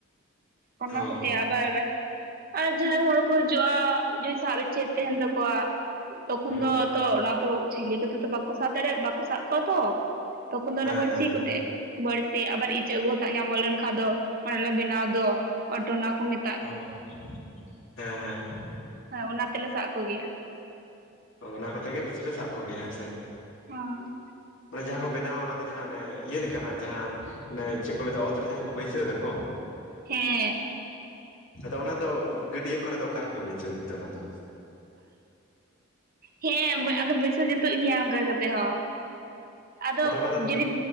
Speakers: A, on the right (about 50°); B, on the left (about 70°).
A: ᱚᱱᱟ
B: ᱦᱮᱸ ᱦᱮᱸ ᱚ
A: ᱠᱚᱛᱮ - <inaudible> ᱟᱨ ᱡᱟᱦᱟᱸᱭ ᱦᱚᱲ ᱠᱚ ᱦᱤᱡᱩᱜ-ᱟ ᱡᱩᱫᱤ ᱥᱟᱵ ᱤᱪᱪᱷᱟᱹ ᱛᱮᱦᱮᱱ ᱛᱟᱠᱚᱣᱟ ᱛᱚᱠᱷᱚᱱ
B: ᱦᱩᱸ
A: ᱫᱚ ᱟᱫᱚ ᱚᱱᱟ ᱫᱚ ᱡᱷᱟᱹᱞᱤ ᱠᱚᱛᱮ ᱫᱚ ᱵᱟᱠᱚ ᱥᱟᱵ ᱫᱟᱲᱮᱭᱟᱜ ᱵᱟᱠᱚ ᱥᱟᱵ ᱠᱚᱣᱟ ᱛᱚ᱾ ᱛᱚᱠᱷᱚᱱ ᱫᱚ
B: ᱦᱮᱸ
A: ᱚᱱᱟ ᱵᱟᱹᱲᱥᱤ
B: ᱦᱮᱸ
A: ᱠᱚᱛᱮ ᱵᱟᱹᱲᱥᱤ ᱟᱵᱟᱨ ᱤᱪᱟᱹᱜ <inaudible> ᱧᱟᱢᱚᱜ ᱞᱮᱱᱠᱷᱟᱱ ᱫᱚ ᱚᱱᱮᱞᱮ ᱵᱮᱱᱟᱣ ᱫᱚ ᱚᱴᱚ ᱚᱱᱟ ᱠᱚ ᱢᱮ
B: ᱚ ᱦᱮᱸ ᱦᱮᱸ ᱾
A: ᱦᱮᱸ ᱚᱱᱟ ᱛᱮᱞᱮ ᱥᱟᱵ ᱠᱚᱜᱮᱭᱟ ᱾
B: ᱚ ᱚᱱᱟ ᱠᱚᱛᱮ ᱜᱮ ᱵᱤᱥᱤ ᱯᱮ ᱥᱟᱵ ᱠᱚᱜᱮᱭᱟ ᱦᱮᱸᱥᱮ ᱾
A: ᱦᱳᱭ᱾
B: ᱡᱟᱦᱟᱸ ᱠᱚ ᱵᱮᱱᱟᱣᱟ ᱚᱱᱟ ᱫᱚ ᱡᱟᱦᱟᱸ ᱚᱱᱮ ᱤᱭᱟᱹ ᱞᱮᱠᱟᱱᱟᱜ ᱡᱟᱦᱟᱸ ᱚᱱᱮ ᱪᱮᱫ ᱠᱚ ᱢᱮᱛᱟᱜᱟ ᱚᱛ ᱨᱮ ᱡᱟᱦᱟᱸ ᱠᱚ ᱵᱟᱹᱭᱥᱟᱹᱣ ᱫᱟᱠᱚ ᱾ <unintelligible>
A: ᱦᱮᱸ ᱾
B: ᱟᱫᱚ ᱚᱱᱟ ᱫᱚ ᱜᱟᱹᱰᱭᱟᱹ ᱠᱚᱨᱮ ᱫᱚ ᱚᱠᱟ ᱨᱮᱯᱮ ᱵᱟᱹᱭᱥᱟᱹᱣ ᱜᱮᱛᱮ ᱚᱱᱟ ᱫᱚ?
A: ᱦᱮᱸ ᱵᱟᱹᱭ ᱟᱫᱚ ᱵᱟᱹᱭᱥᱟᱹᱣ ᱡᱩᱛᱩᱜ ᱜᱮᱭᱟ ᱚᱱᱠᱟ ᱠᱟᱛᱮᱜ ᱦᱚᱸ᱾ ᱟᱫᱚ
B: ᱚᱱᱟ ᱫᱚ
A: ᱡᱩᱫᱤ